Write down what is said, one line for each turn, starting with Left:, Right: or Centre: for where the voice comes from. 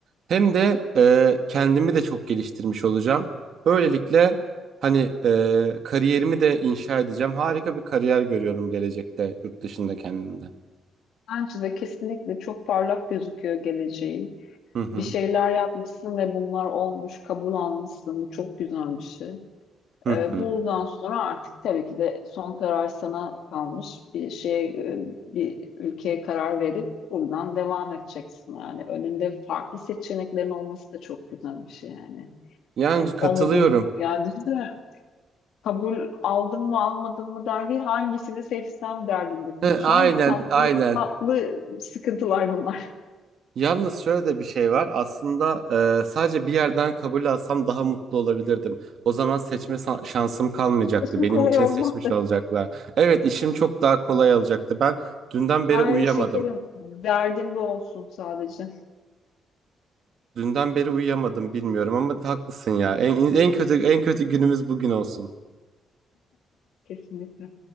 Right: Hem de e, kendimi de çok geliştirmiş olacağım. Böylelikle hani e, kariyerimi de inşa edeceğim. Harika bir kariyer görüyorum gelecekte yurt dışında kendimde.
Left: Bence de kesinlikle çok parlak gözüküyor geleceği.
Right: Hı hı.
Left: bir şeyler yapmışsın ve bunlar olmuş, kabul almışsın. Bu çok güzel bir şey.
Right: Hı
Left: Ee,
Right: hı.
Left: bundan sonra artık tabii ki de son karar sana kalmış. Bir şeye, e, bir ülkeye karar verip buradan devam edeceksin yani. Önünde farklı seçeneklerin olması da çok güzel bir şey yani.
Right: Yani
Left: Hani
Right: katılıyorum.
Left: o mu bu mu? Yani düşünsene kabul aldım mı almadım mı der değil, hangisini seçsem derdindesin.
Right: He, aynen
Left: Şu an tatlı
Right: aynen.
Left: tatlı sıkıntılar bunlar.
Right: Yalnız şöyle de bir şey var. Aslında e, sadece bir yerden kabul alsam daha mutlu olabilirdim. O zaman seçme sa- şansım kalmayacaktı.
Left: <laughs> İşin
Right: Benim
Left: kolay
Right: için
Left: olacak
Right: seçmiş olacaklar. Evet işim çok daha kolay olacaktı. Ben dünden
Left: Ay
Right: beri uyuyamadım.
Left: şekerim, derdin bu olsun sadece.
Right: Dünden beri uyuyamadım bilmiyorum ama haklısın ya. En, en kötü en kötü günümüz bugün olsun.
Left: Kesinlikle.